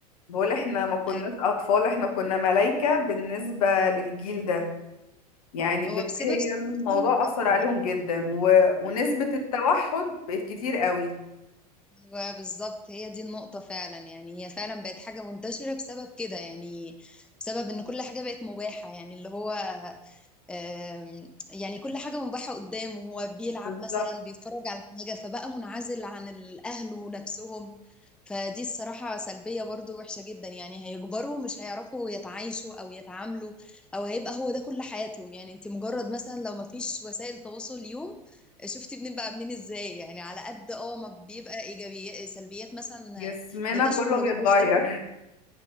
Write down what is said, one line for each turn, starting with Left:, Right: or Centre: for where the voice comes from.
Left: بقول احنا ما كناش
Centre: أيوة
Left: اطفال احنا كنا ملايكة بالنسبة للجيل ده يعني
Centre: هو
Left: بجد
Centre: بسبب
Left: هي
Centre: سهولة
Left: الموضوع
Centre: كل
Left: اثر
Centre: حاجة
Left: عليهم
Centre: يعني
Left: جدا و... ونسبة التوحد بقت كتير قوي
Centre: أيوة، بالظبط هي دي النقطة فعلا يعني هي فعلا بقت حاجة منتشرة بسبب كده يعني بسبب إن كل حاجة بقت مباحة يعني اللي هو آم، يعني كل حاجة مباحة قدامه هو بيلعب
Left: بالظبط
Centre: مثلا بيتفرج على حاجة فبقى منعزل عن الأهل ونفسهم فدي الصراحة سلبية برضو وحشة جدا يعني هيكبروا مش هيعرفوا يتعايشوا أو يتعاملوا أو هيبقى هو ده كل حياتهم يعني انت مجرد مثلا لو ما فيش وسائل تواصل اليوم شفتي بنبقى عاملين ازاي يعني على قد اه ما بيبقى ايجابيات سلبيات مثلا
Left: جسمنا
Centre: ده ده شغله
Left: كله بيتغير
Centre: وحش ده